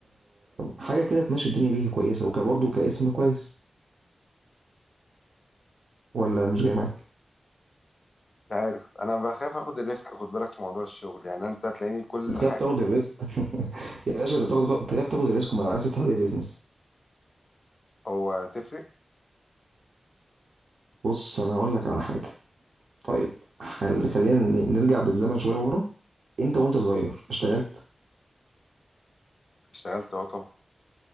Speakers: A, on the right; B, on the left.
A: حاجه كده تمشي الدنيا بيها كويسه وكبرضه كاسم كويس ولا مش جاي معاك
B: مش عارف انا بخاف اخد الريسك خد بالك في موضوع الشغل يعني انت هتلاقيني كل
A: بتخاف
B: حاجة
A: تاخد الريسك <laughs> يا باشا انت بتاخد تخاف تاخد الريسك وما عايز تفتح زي بيزنس
B: هو تفرق
A: بص انا هقول لك على حاجه طيب حل... خلينا ن- نرجع بالزمن شويه ورا انت وانت صغير اشتغلت
B: اشتغلت اه طبعا